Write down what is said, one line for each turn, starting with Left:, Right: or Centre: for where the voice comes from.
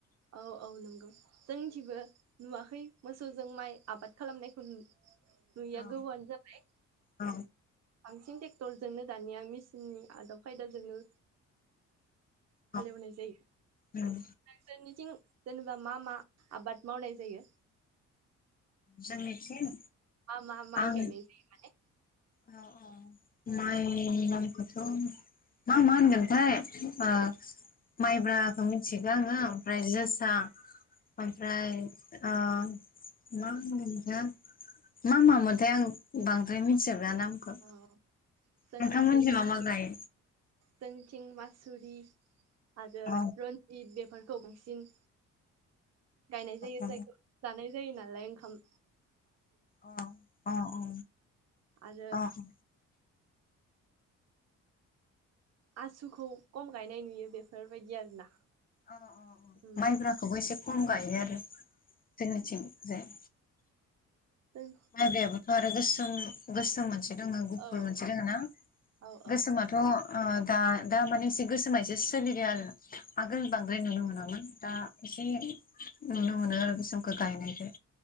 Right: औ औ नंगौ जोंनिथिबो नुवाखै मोसौजों माइ आबाद खालामनायखौ नु नुयिआ
Left: औ
Right: गोबावआनो जाबाय।
Left: औ
Right: बांसिन टेक्टरजोंनो दानिया मिसिननि आदब खायदाजोंनो
Left: औ
Right: हालेवनाय जायो
Left: उम
Right: नोंसोरनिथिं जेनेबा मा मा आबाद मावनाय जायो?
Left: जोंनिथिं
Right: मा मा माइ
Left: आं
Right: गायनाय जायो माने?
Left: औ औ माइ नामखोथ' मा मा होनगोनथाय ओ माइब्रा खौ मिथिगौ आङो ओमफ्राय जोस दाओमफ्राय ओ मा होनो मा मामोनथाय आं बांद्राय मि बला नामखौ
Right: जायो अ जोंनिथिं
Left: नोंथांमोनथिं मा मा गायो?
Right: जोंनिथिं मासुरि आरो
Left: अ
Right: रनजिद बेफ फोरखौ बांसिन गायनाय जायो
Left: अ
Right: जायखौ जानाय जायो नालाय। थाम।
Left: अ अ अ
Right: आरो
Left: अ अ। <inaudible>
Right: आसुखौ खम गायनाय नुयो बेफोरबायदि आरोना।
Left: अ अ अ
Right: उम
Left: माइब्राखौबो एसे खम गायो आरो। जोंनोथिं जाय।
Right: जों
Left: माइब्रायाबोथ' आरो गोस सोम गोसोम मोनसे दोङो गुफुर
Right: औ
Left: मोनसे दोङो ना
Right: औ औ
Left: गोसोमाथ' ओ दा दा माने एसे गोसोमा एसे सोलिदों आरो आगोल बांद्राय नुनो मोनामोन दा एसे नुनो मोनो आरो गोसोमखौ गायनायखो